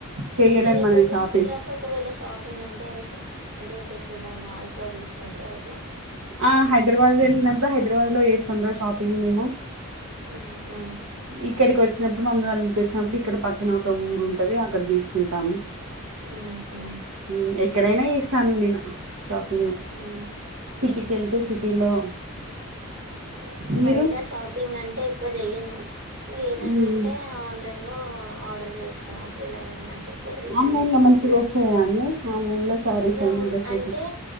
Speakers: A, on the right; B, on the right.
A: చెయ్యలేం
B: మీర ఎక్కడ
A: మనం
B: తీసుకుంట
A: షాపింగ్
B: రాక ఒకవేళ షాప్ పింగ్ అంటే అంటే పెద్ద పెద్ద మాల్స్ లో తీసుకుంటారా ఎట్లా
A: ఆ హైదరాబాద్ వెళ్ళినప్పు హైదరాబాద్ లో చేస్తాం రా షాపింగ్ మేము
B: ఉహు
A: ఇక్కడికి వచ్చ వచ్చినప్పుడు మమ్మీ వాళ్ళ ఇంటికి వచ్చినప్పుడు ఇక్కడ పక్కన ఒక ఊరు ఉంటది అక్కడ తీసుకుంటాం
B: ఉహు
A: ఉమ్, ఎక్కడైనా చేస్తాను నేను
B: ఉహూ
A: షాపింగ్ సిటీకి వెళ్తే సిటీలో
B: ఉ నేను ఇంకా
A: మీరు
B: బయట షాపింగ్ అంటే ఎక్కువ చెయ్యను ఇంగ ఏదైనా
A: ఉమ్,
B: ఉంటే ఆన్లైన్ లో ఆర్డర్ చేస్తా ఒకవేళ నచ్చకపోతే రిటర్న్
A: ఆన్లైన్
B: పెట్టుకోవచ్చు
A: లో మంచిగా
B: కదా
A: వస్తాయా అండి ఆన్లైన్ లో శారీస్
B: ఇంకా
A: అయినా డ్రెస్సెస్
B: అంటే